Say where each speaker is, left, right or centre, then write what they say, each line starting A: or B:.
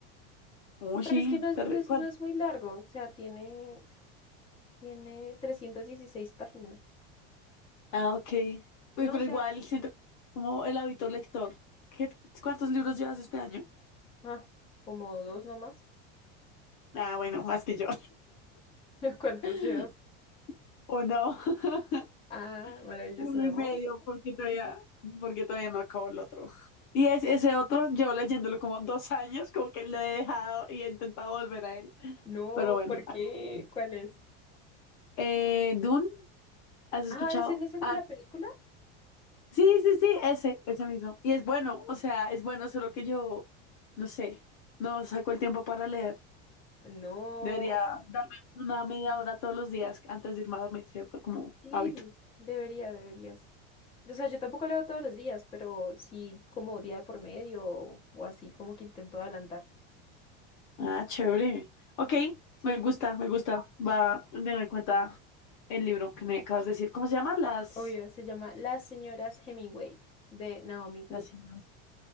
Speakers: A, on the left; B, on the left.
A: Uy,
B: pero
A: sí,
B: es que no es,
A: terri-
B: no es,
A: ¿cuán-
B: no es muy largo, o sea, tiene... Tiene 316 páginas.
A: Ah, ok. Uy,
B: No,
A: pero
B: o sea,
A: igual siento como el hábito lector. ¿Qué, cuántos libros llevas este año?
B: ah, como dos nomás.
A: Ah, bueno, más que yo.
B: <laughs> ¿Cuántos
A: <laughs>
B: llevas?
A: O no, <laughs>
B: Ah, maravilloso,
A: uno
B: no.
A: y medio, porque todavía, porque todavía no acabo el otro. Y es ese otro, yo leyéndolo como dos años, como que lo he dejado y he intentado volver a él.
B: No,
A: Pero bueno,
B: ¿por qué?
A: algún día.
B: ¿Cuál es?
A: Eh, Dune, ¿has escuchado?
B: Ah, ¿ese no es el
A: Ah,
B: de la película?
A: sí, sí, sí, ese, ese mismo. Y es bueno, o sea, es bueno, solo que yo, no sé, no saco el tiempo para leer.
B: No.
A: Debería darme una media hora todos los días antes de irme a dormir, ¿cierto? Como
B: Sí,
A: hábito.
B: debería, deberías. O sea, yo tampoco leo todos los días, pero sí como día de por medio o, o así, como que intento adelantar.
A: Ah, chévere. Ok,
B: Sí,
A: me gusta, me gusta. Va a tener en cuenta el libro que me acabas de decir. ¿Cómo se llama? Las...
B: obvio, se llama Las señoras Hemingway de Naomi Wood.
A: Las... siglas.